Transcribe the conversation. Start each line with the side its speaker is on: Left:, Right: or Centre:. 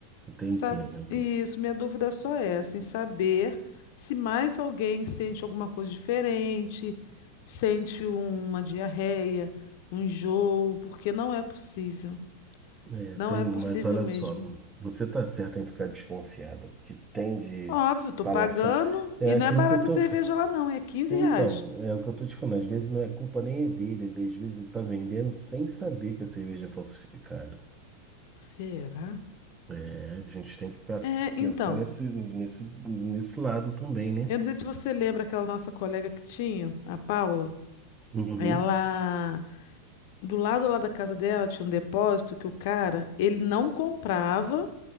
Right: Tem
Left: Sab-
Right: tempo.
Left: Isso, minha dúvida só é, assim, saber se mais alguém sente alguma coisa diferente, sente uma diarreia, um enjoo, porque não é possível.
Right: É,
Left: Não
Right: tem,
Left: é possível
Right: mas olha
Left: mesmo.
Right: só, você tá certo em ficar desconfiado. O que tem de
Left: Óbvio,
Right: salafra
Left: tô pagando
Right: é
Left: e não
Right: aquilo
Left: é barata
Right: que eu tô.
Left: a cerveja lá não, é 15
Right: Então,
Left: reais.
Right: é o que eu tô te falando. Às vezes não é culpa nem é dele, ele às vezes tá vendendo sem saber que a cerveja é falsificada.
Left: Será?
Right: É, a gente tem que pens-
Left: É, então,
Right: pensar nesse, nesse, nesse lado também, né?
Left: eu não sei se você lembra aquela nossa colega que tinha, a Paula.
Right: Uhum.
Left: Ela, do lado lá da casa dela tinha um depósito que o cara, ele não comprava